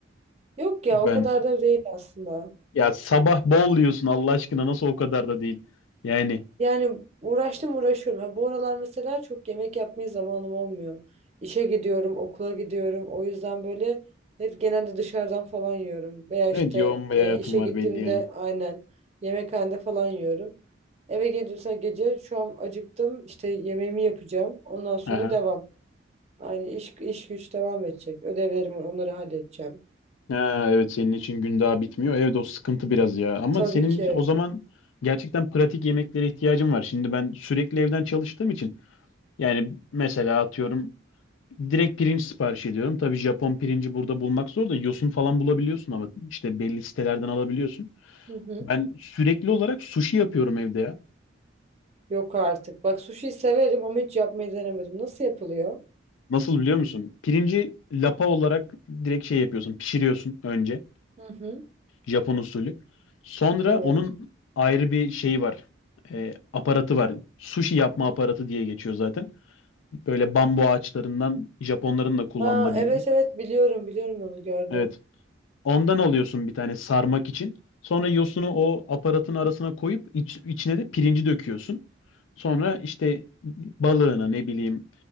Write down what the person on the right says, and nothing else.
Yok ya
o kadar da değil aslında.
Yani uğraştım uğraşıyorum. Ha, bu aralar mesela çok yemek yapmaya zamanım olmuyor. İşe gidiyorum, okula gidiyorum. O yüzden böyle hep genelde dışarıdan falan yiyorum. Veya işte
e,
işe
gittiğimde
aynen yemekhanede falan yiyorum. Eve gelince mesela gece şu an acıktım. İşte yemeğimi yapacağım. Ondan sonra
devam. Aynı iş, iş güç devam edecek. Ödevlerim var, onları halledeceğim.
Tabii
ki.
Hı hı.
Yok artık. Bak sushi severim ama hiç yapmayı denemedim. Nasıl yapılıyor?
Hı hı.
Evet.
Aa,
evet
evet biliyorum biliyorum onu gördüm.